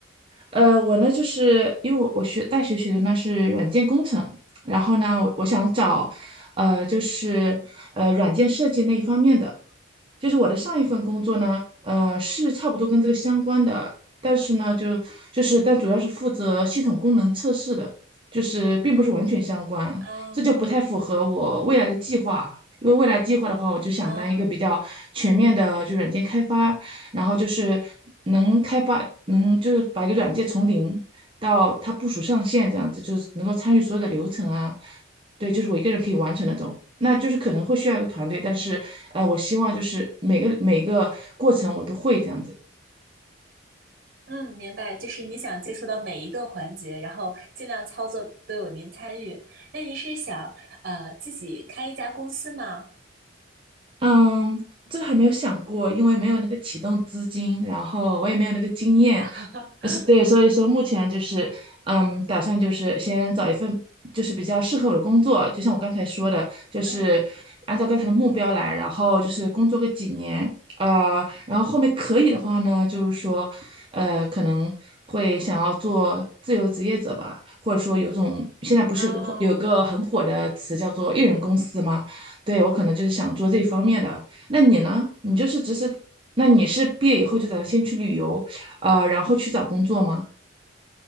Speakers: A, on the right; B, on the right.
A: 呃，我呢就是因为我我学大学学的呢是软件工程，然后呢，我我想找，呃，就是呃软件设计那一方面的。就是我的上一份工作呢，呃，是差不多跟这个相关的，但是呢，就就是但主要是负责系统功能测试的，就是并不是完全相关，
B: 啊
A: 这就不太符合我未来的计划。因为未来计划的话，我就想当一个比较全面的，
B: 啊。
A: 就软件开发，然后就是能开发，能就是把一个软件从零到它部署上线这样子，就是能够参与所有的流程啊，对，就是我一个人可以完成那种。那就是可能会需要一个团队，但是呃，我希望就是每个每个过程我都会这样子。
B: 嗯，明白，就是你想接触到每一个环节，然后尽量操作都有您参与。那您是想呃自己开一家公司吗？
A: 嗯，这个还没有想过，因为没有那个启动资金，然后我也没有那个经验，
B: <laughs>
A: 是对，所以说目前就是，嗯，打算就是先找一份就是比较适合我的工作，就像我刚才说的，就是按照刚才的目标来，
B: 嗯
A: 然后就是工作个几年，呃，然后后面可以的话呢，就是说，呃，可能会想要做自由职业者吧，或者说有一种现在不是有个有个很火的词叫做艺人公司吗？
B: 啊。
A: 对，我可能就是想做这一方面的。那你呢？你就是只是，那你是毕业以后就打算先去旅游？啊，然后去找工作吗？